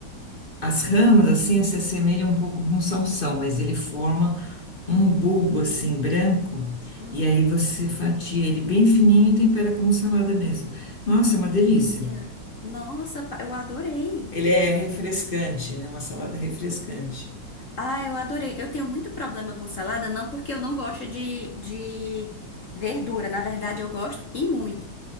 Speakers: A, on the left (about 35°); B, on the left (about 55°).
A: as ramas assim se assemelham um pouco com salsão, mas ele forma um bulbo assim branco
B: Uhum.
A: e aí você fatia ele bem fininho e tempera como salada mesmo. Nossa,
B: Ai, que delícia!
A: é uma delícia.
B: Nossa, pa- eu adorei.
A: Ele é refrescante, né? Uma salada refrescante.
B: Ah, eu adorei. Eu tenho muito problema com salada, não porque eu não gosto de, de verdura. Na verdade, eu gosto e muito.